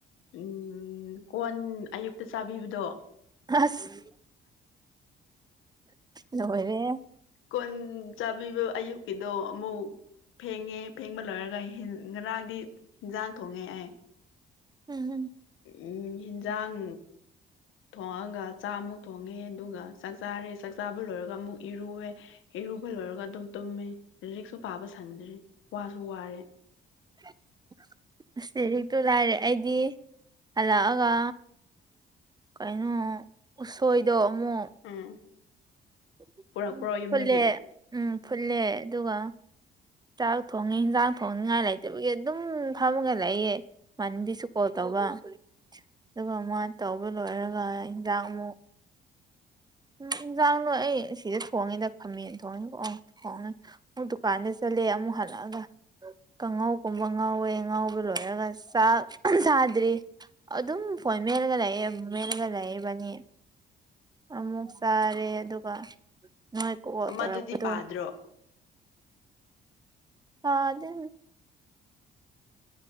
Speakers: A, on the left; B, on the right.
A: ꯎꯝ ꯀꯣꯟ ꯑꯌꯨꯛꯇ ꯆꯥꯕꯤꯕꯗꯣ
B: ꯑꯁ ꯅꯣꯏꯅꯦꯦ
A: ꯀꯣꯟ ꯆꯥꯕꯤꯕ ꯑꯌꯨꯛꯀꯤꯗꯣ ꯑꯃꯨꯛ ꯐꯦꯡꯉꯦ ꯐꯦꯡꯕ ꯂꯣꯏꯔꯒ ꯉꯔꯥꯡꯗꯤ ꯍꯤꯟꯖꯥꯡ ꯊꯣꯡꯉꯦ ꯑꯩ
B: ꯎꯝ
A: ꯎꯝ ꯍꯤꯟꯖꯥꯡ ꯊꯣꯡꯉꯒ ꯆꯥꯃꯨꯛ ꯊꯣꯡꯉꯦ ꯑꯗꯨꯒ ꯆꯥꯛ ꯆꯥꯔꯦ ꯆꯥꯛ ꯆꯥꯕ ꯂꯣꯏꯔꯒ ꯑꯃꯨꯛ ꯏꯔꯨꯋꯦ ꯏꯔꯨꯕ ꯂꯣꯏꯔꯒ ꯑꯗꯨꯝ ꯇꯨꯝꯃꯦ ꯔꯤꯛꯁꯨ ꯄꯥꯕ ꯁꯪꯗ꯭ꯔꯔꯤ ꯋꯥꯁꯨ ꯋꯥꯔꯦ
B: <unintelligible> ꯑꯁ ꯂꯔꯤꯛꯇꯨ ꯂꯥꯏꯔꯦ ꯑꯩꯗꯤ ꯍꯜꯂꯛꯑꯒ ꯀꯩꯅꯣ ꯎꯁꯣꯏꯗꯣ ꯑꯃꯨꯛ
A: ꯎꯝ
B: ꯎ
A: ꯄꯨꯔꯛꯄ꯭ꯔꯣ ꯌꯨꯝꯗꯒꯤ
B: ꯐꯨꯠꯂꯦ ꯎꯝ ꯐꯨꯠꯂꯦ ꯑꯗꯨꯒ ꯆꯥꯛ ꯊꯣꯡꯉꯤ ꯌꯦꯟꯁꯥꯡ ꯊꯣꯡꯅꯤꯉꯥꯏ ꯂꯩꯇꯕꯒꯤ ꯑꯗꯨꯝ ꯐꯃꯒ ꯂꯩꯌꯦ ꯃꯟꯤꯁꯛ ꯍꯇꯥ ꯋꯥ ꯑꯗꯨꯒ ꯃꯥ ꯇꯧꯕ ꯂꯣꯏꯔꯒ ꯍꯟꯖꯥꯛ ꯑꯃꯨꯛ ꯎꯝ ꯏꯟꯁꯥꯡꯗꯣ ꯑꯩ ꯁꯤꯗ ꯊꯣꯡꯉꯦꯗ ꯈꯥꯃꯦꯟ ꯊꯣꯡꯉꯦꯀꯣꯛ ꯊꯣꯡꯉꯦ ꯑꯃꯨꯛ ꯗꯨꯀꯥꯟꯗ ꯆꯠꯂ ꯂꯩ ꯑꯃꯨꯛ ꯍꯜꯂꯛꯑꯒ ꯀꯥꯡꯉꯧꯒꯨꯝꯕ ꯉꯥꯎꯋꯦ ꯉꯕ ꯂꯣꯏꯔꯒ ꯆꯥꯛ ꯊꯥꯗ꯭ꯔꯤ ꯑꯗꯨꯝ ꯐꯣꯟ ꯃꯦꯜꯂꯒ ꯂꯩꯑ ꯃꯦꯜꯂꯒ ꯂꯩꯏꯕꯅꯤ ꯑꯃꯨꯛ ꯆꯥꯔꯦ ꯑꯗꯨꯒ ꯅꯣꯏꯥꯏ ꯀꯣꯛꯋꯜ
A: ꯑꯃꯗꯨꯗꯤ
B: ꯇꯧꯔꯛꯄꯗꯣ
A: ꯄꯥꯗ꯭ꯔꯣ
B: ꯍꯥ ꯑꯗꯨ